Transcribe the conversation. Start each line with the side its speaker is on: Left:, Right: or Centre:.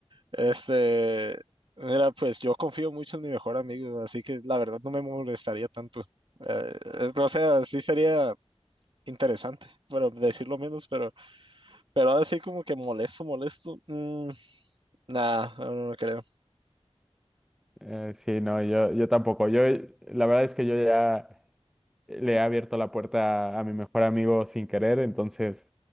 Right: Este, mira, pues yo confío mucho en mi mejor amigo, así que la verdad no me molestaría tanto. Eh, eh, o sea, sí sería interesante, pero decirlo menos, pero, pero ahora sí como que molesto, molesto. mm, nada, no, no no creo.
Centre: Eh, sí, no, yo, yo tampoco. Yo, la verdad es que yo ya le he abierto la puerta a, a mi mejor amigo sin querer, entonces,